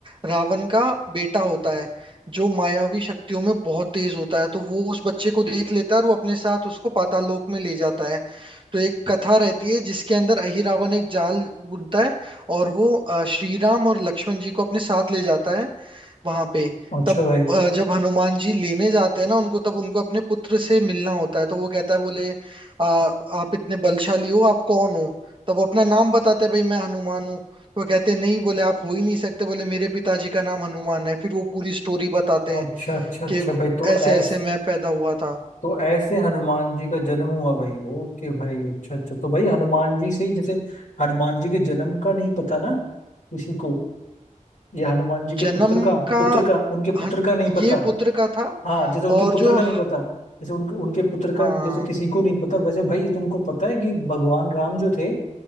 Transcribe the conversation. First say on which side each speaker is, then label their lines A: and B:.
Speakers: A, on the right; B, on the left.
A: रावण का बेटा होता है जो मायावी शक्तियों में बहुत तेज होता है तो वो उस बच्चे को देख लेता है और वो अपने साथ उसको पाताल लोक में ले जाता है तो एक कथा रहती है जिसके अंदर अही रावण एक जाल बुनता है और वो अ, श्री राम और लक्ष्मण जी को अपने साथ ले जाता है वहां पे
B: अच्छा
A: तब
B: भाई
A: अ, जब हनुमान जी लेने जाते हैं ना उनको तब उनको अपने पुत्र से मिलना होता है तो वो कहता है बोले आ, आप इतने बलशाली हो आप कौन हो तब वो अपना नाम बताते हैं भाई मैं हनुमान हूँ तो वो कहते हैं नहीं बोले आप हो ही नहीं सकते बोले मेरे पिताजी का नाम हनुमान है फिर वो पूरी स्टोरी बताते
B: अच्छा
A: हैं
B: अच्छा अच्छा
A: कि
B: भाई तो
A: ऐसे
B: ऐस
A: ऐसे मैं पैदा हुआ था
B: तो ऐसे हनुमान जी का जन्म हुआ भाई ओके भाई अच्छा अच्छा तो भाई हनुमान जी से ही जैसे हनुमान जी के जन्म का नहीं पता ना किसी को ये हनुमान जी के
A: जन्म
B: पुत्र का
A: का
B: पुत्र का उनके पुत्र
A: हन-
B: का नहीं पता
A: ये पुत्र का था
B: हाँ जैसे उनके
A: और
B: पुत्र
A: जो
B: का नहीं पता जैसे उनके उनके पुत्र का
A: हाँ
B: जैसे किसी को नहीं पता वैसे भाई तुमको पता है कि भगवान राम जो थे